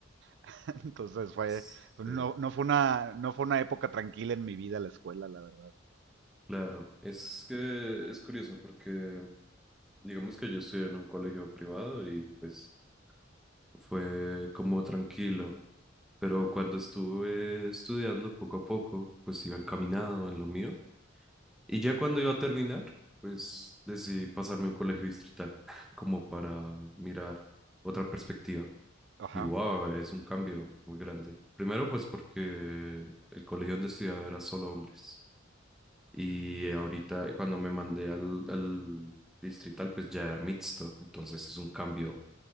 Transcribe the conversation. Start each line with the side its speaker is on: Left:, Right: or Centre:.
Right: <laughs> Entonces fue,
Centre: Sí,
Right: no, no fue una, no fue una época tranquila en mi vida la escuela, la verdad.
Centre: claro. Es que es curioso porque Digamos que yo estudié en un colegio privado y pues fue como tranquilo, pero cuando estuve estudiando poco a poco, pues iba encaminado en lo mío. Y ya cuando iba a terminar, pues decidí pasarme a un colegio distrital, <laughs> como para mirar otra perspectiva.
Right: Ajá.
Centre: Y wow, es un cambio muy grande. Primero pues porque el colegio donde estudiaba era solo hombres. Y ahorita cuando me mandé al, al distrital, pues ya era mixto. Entonces es un cambio